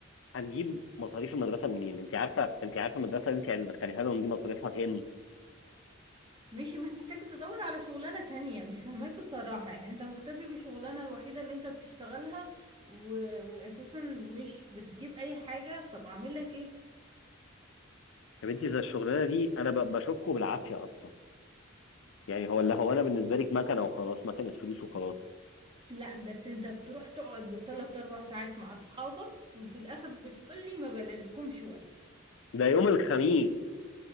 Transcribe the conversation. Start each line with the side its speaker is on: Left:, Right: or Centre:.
Left: هنجيب مصاريف المدرسة منين؟ انت عارفة انت عارفة المدرسة اللي انت هتدخليها لهم دي مصاريفها كام؟
Right: ماشي محتاج تدور على شغلانة تانية مش فاهماك بصراحة يعني انت مكتفي بالشغلانة الوحيدة اللي انت بتشتغلها و... واساسا مش بتجيب اي حاجة طب اعمل لك ايه
Left: يا بنتي زي الشغلانة دي انا ب- بشوفكم بالعافية اصلا يعني هو اللي هو انا بالنسبة لك مكنة وخلاص مكنة فلوس وخلاص
Right: لا بس انت بتروح تقعد بالثلاث اربع ساعات مع اصحابك وفي الاخر بتقولي ما بلاقيلكمش وقت
Left: ده يوم الخميس